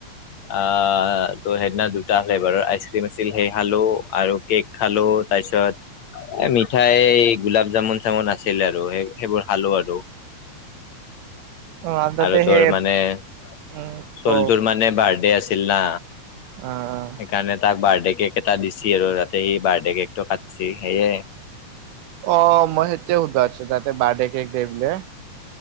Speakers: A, on the left (about 60°); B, on the right (about 85°).
A: আহ ত' সেইদিনা দুটা ফ্লেভাৰৰ আইচক্ৰীম আছিল সেই খালো, আৰু কেক খালো, তাৰ পিছত এ মিঠাই গোলাপ জামুন চামুন আ ছিল আৰু সেই সেইবোৰ খালো আৰু
B: অ তাতে
A: আৰু তোৰ
B: সেই
A: মানে ছোৱালীটোৰ
B: উম ক
A: মানে বাৰ্থডে আছিল না।
B: অ অ
A: সেইকাৰণে তাক বাৰ্থডে কেক এটা দিছে আৰু তাতে সি বাৰ্থডে কেকটো কাটিছে সেয়ে।
B: অ মই সেইটোৱে সুধবা আছো তাতে বাৰ্থডে কেক দে বোলে।